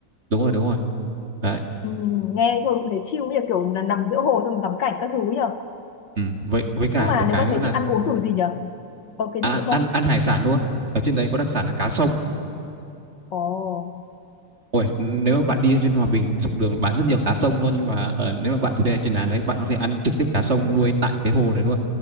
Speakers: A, on the right (about 30°); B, on the left (about 65°).
A: đúng rồi đúng rồi đấy
B: Ừ, nghe thôi cũng thấy chill như kiểu là nằm giữa hồ xong ngắm cảnh các thứ nhỉ?
A: ừ. với với cả
B: nhưng mà
A: được
B: nếu
A: cái
B: mà
A: nữa
B: thế
A: là
B: thì ăn uống kiểu gì nhở có cái
A: à,
B: gì nữa không
A: ăn ăn hải sản luôn ở trên đấy có đặc sản là cá sông
B: ồ
A: Ôi, nếu
B: ừ.
A: mà bạn đi trên Hòa Bình dọc đường bán rất nhiều cá sông luôn nhưng mà ở nếu mà bạn thuê trên làn đấy bạn có thể ăn trực tiếp cá sông nuôi tại cái hồ đấy luôn